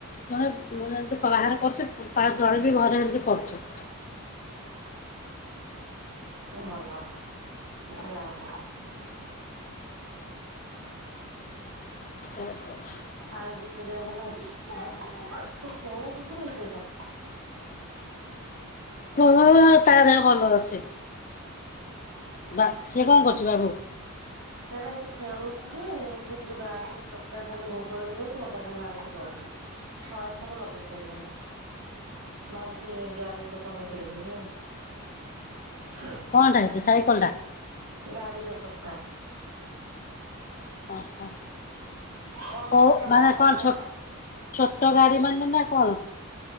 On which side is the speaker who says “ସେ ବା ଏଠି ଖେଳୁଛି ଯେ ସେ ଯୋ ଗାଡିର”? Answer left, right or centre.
Right